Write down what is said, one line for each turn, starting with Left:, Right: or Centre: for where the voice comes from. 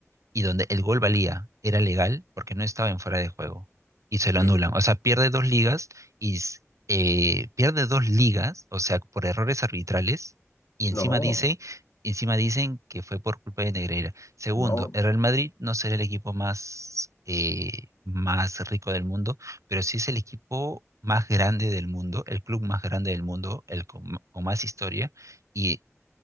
Right: y donde el gol valía, era legal porque no estaba en fuera de juego y se lo
Left: en-
Right: anulan. O sea, pierde dos ligas y s- eh, pierde dos ligas, o sea, por errores arbitrales y encima
Left: no,
Right: dicen, encima dicen que fue por culpa de Negreira. Segundo,
Left: no,
Right: el Real Madrid no será el equipo más, eh, más rico del mundo, pero sí es el equipo más grande del mundo, el club más grande del mundo, el con, con más historia y